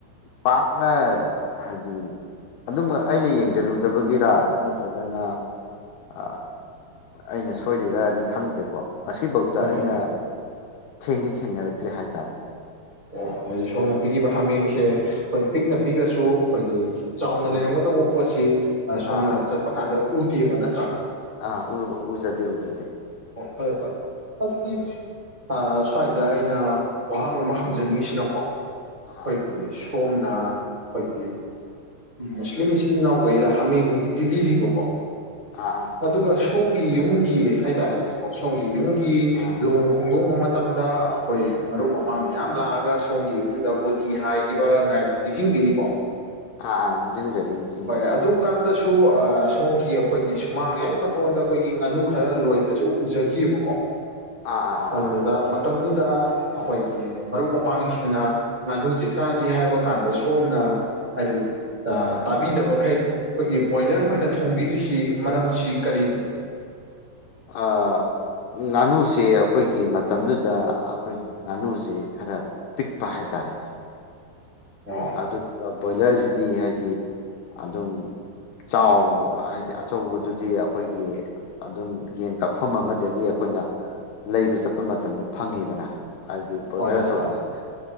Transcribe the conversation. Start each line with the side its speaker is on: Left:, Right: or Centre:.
Left: ꯄꯥꯛꯅ ꯍꯥꯏꯗꯤ ꯑꯗꯨꯝꯃ ꯑꯩꯅ ꯌꯦꯡꯖꯜꯂꯨꯗꯕꯒꯤꯔꯥ ꯅꯠꯇ꯭ꯔꯒꯅ ꯑ ꯑꯩꯅ ꯁꯣꯏꯔꯤꯔꯗꯤ ꯈꯪꯗ꯭ꯔꯦꯀꯣ ꯉꯁꯤꯕꯥꯎꯇ
Right: ꯍꯣꯏ
Left: ꯑꯩꯅ
Right: ꯍꯣꯏ
Left: ꯊꯦꯡꯗꯤ ꯊꯦꯡꯅꯔꯛꯇ‌ꯔꯤ ꯍꯥꯏꯇꯥꯔꯦ
Right: ꯑꯣ ꯍꯥꯏꯗꯤ ꯁꯣꯝꯅ ꯄꯤꯒꯤꯕ ꯍꯥꯃꯦꯡꯁꯦ ꯑꯩꯈꯣꯏ ꯄꯤꯛꯅ ꯄꯤꯒꯔꯁꯨ ꯑꯩꯈꯣꯏꯒꯤ ꯆꯥꯎꯅ
Left: ꯎꯝ
Right: ꯂꯩꯔꯝꯒꯗꯧꯕ ꯄꯣꯠꯁꯤ ꯑ ꯁꯣꯝꯅ
Left: ꯑꯥ ꯑꯥ
Right: ꯆꯠꯄ ꯀꯥꯟꯗ ꯎꯗꯦꯕ ꯅꯠꯇ꯭ꯔꯥ
Left: ꯑꯥ ꯎ ꯎ ꯎꯖꯗ° ꯎꯖꯗ°
Right: ꯑꯣ ꯍꯣꯢ ꯍꯣꯢ ꯑꯗꯨꯗꯤ ꯑ ꯁ꯭ꯋꯥꯏꯗ ꯑꯩꯅ ꯋꯥꯍꯪ ꯑꯃ ꯍꯪꯖꯅꯤꯡꯉꯤꯁꯤꯅꯀꯣ
Left: ꯑꯥ
Right: ꯑꯩꯈꯣꯏꯒꯤ ꯁꯣꯝꯅ ꯈꯣꯏꯒꯤ ꯃꯨꯁꯂꯤꯝ ꯏꯆꯤꯜ ꯏꯅꯥꯎꯒꯩꯗ ꯍꯥꯃꯦꯡꯗꯤ ꯄꯤꯕꯤꯔꯤꯕꯀꯣ
Left: ꯑꯥ ꯑ
Right: ꯑꯗꯨꯒ ꯁꯣꯝꯒꯤ ꯌꯨꯝꯒꯤ ꯍꯥꯏꯇꯥꯔꯦꯅꯦꯀꯣ ꯁꯣꯝꯒꯤ ꯌꯨꯝꯒꯤ
Left: ꯑꯥ
Right: ꯂꯨꯍꯣꯡ ꯈꯣꯡꯗꯣꯡꯕ ꯃ ꯥꯇꯝꯗ ꯑꯩꯈꯣꯏ ꯃꯔꯨꯞ ꯃꯄꯥꯡ
Left: ꯑꯥ ꯑꯥ
Right: ꯃꯌꯥꯝ ꯂꯥꯛꯑꯒ ꯁꯣꯝꯒꯤ ꯏꯃꯨꯡꯗ ꯄꯣꯇꯤ ꯍꯥꯏꯒꯤꯕ ꯔꯪ ꯍꯥꯏꯒꯤꯕꯗꯨ ꯅꯤꯡꯁꯤꯡꯕꯤꯔꯤꯕꯣ
Left: ꯑꯥ ꯑꯥ ꯅꯤꯡꯖꯪꯖꯔꯤ ꯅꯤꯡꯁꯤꯡꯖꯔꯤ
Right: ꯑꯗꯨꯝ ꯀꯥꯟꯗꯁꯨ ꯑ ꯁꯣꯝꯒꯤ ꯑꯩꯈꯣꯏꯒꯤ ꯃꯥꯡ ꯍꯦꯛ ꯃꯇꯣꯟꯗ ꯑꯩꯈꯣꯏꯒꯤ ꯉꯥꯅꯨ ꯈꯔ ꯂꯣꯏꯕꯖꯨ ꯎꯖꯒꯤꯑꯕꯀꯣ
Left: ꯑꯥ ꯑꯥ ꯑꯥ
Right: ꯑꯗꯨ ꯑ ꯃꯇꯝꯗꯨꯗ ꯑꯩꯈꯣꯏꯒꯤ ꯃꯔꯨꯞ ꯃꯄꯥꯡꯁꯤꯡꯅ ꯉꯥꯅꯨꯖꯤ ꯆꯥꯖꯤ ꯍꯥꯏꯕ ꯀꯥꯟꯗ ꯁꯣꯝꯅ ꯍꯥꯏꯗꯤ ꯑ ꯇꯥꯕꯤꯗꯕꯈꯩ ꯑꯩꯈꯣꯏꯒꯤ ꯕꯣꯏꯂꯔ ꯑꯣꯏꯅ
Left: ꯑꯥ
Right: ꯊꯣꯡꯕꯤꯔꯤꯁꯤ ꯃꯔꯝꯁꯤ ꯀꯔꯤꯒꯤꯅꯣ
Left: ꯑꯑ ꯉꯥꯅꯨꯁꯦ ꯑꯩꯈꯣꯏꯒꯤ ꯃꯇꯝꯗꯨꯗ ꯑꯩꯈꯣꯏꯒꯤ ꯉꯥꯅꯨꯖꯤ ꯈꯔ ꯄꯤꯛꯄ ꯍꯥꯏꯇꯥꯔꯦꯅꯦ
Right: ꯑꯣ
Left: ꯑꯗꯨꯒ ꯕꯣꯏꯂꯔꯖꯤꯗꯤ ꯍꯥꯏꯗꯤ ꯑꯗꯨꯝ ꯆꯥꯎ ꯑ ꯍꯥꯏꯗꯤ ꯑꯆꯧꯕꯗꯨꯗꯤ ꯑꯩꯈꯣꯏꯒꯤ ꯑꯗꯨꯝ ꯌꯦꯟ ꯀꯛꯐꯝ ꯑꯃꯗꯒꯤ ꯑꯩꯈꯣꯏꯅ ꯂꯩꯕ ꯆꯠꯄ ꯃꯇꯝꯗ ꯐꯪꯉꯤꯗꯅ ꯍꯥꯏꯗꯤ ꯕꯣꯗꯔ
Right: ꯍꯣꯏ
Left: ꯑꯆꯧꯕꯖꯤꯗ
Right: ꯍꯣꯏ